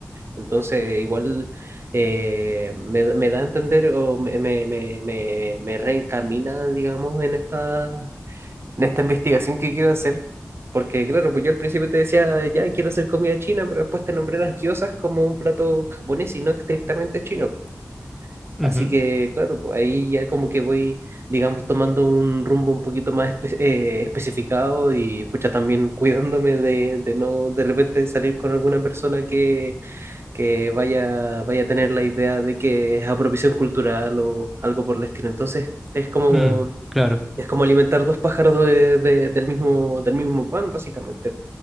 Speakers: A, on the right; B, in the centre.
A: Entonces, igual eh, me, me da a entender o me, me, me, me, me reencamina, digamos, en esta, en esta investigación que quiero hacer. Porque, claro, pues yo al principio te decía, ya quiero hacer comida china, pero después te nombré las gyozas como un plato japonés y no estrictamente chino.
B: Ujú,
A: Así que, claro, pues ahí ya como que voy, digamos, tomando un rumbo un poquito más espe- eh, especificado y, pucha, también cuidándome de, de no de repente salir con alguna persona que que vaya, vaya a tener la idea de que es apropiación cultural o algo por el estilo. Entonces, es como,
B: mm, claro.
A: es como alimentar dos pájaros de- de- del mismo, del mismo pan, básicamente.